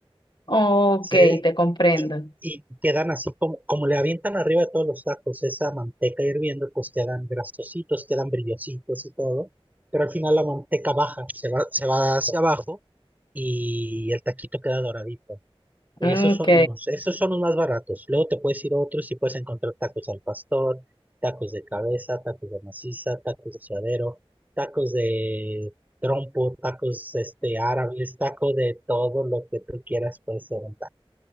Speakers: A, on the left; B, on the right.
A: ok,
B: Sí,
A: te comprendo.
B: y, y quedan así como, como le avientan arriba de todos los tacos esa manteca hirviendo, pues quedan grasositos, quedan brillositos y todo, pero al final la manteca baja, se va, se va hacia abajo y el taquito queda doradito. Esos
A: Ok,
B: son unos, esos son los más baratos. Luego te puedes ir a otros y puedes encontrar tacos al pastor, tacos de cabeza, tacos de maciza, tacos de suadero, tacos de trompo, tacos este árabes, taco de todo lo que tú quieras puede ser un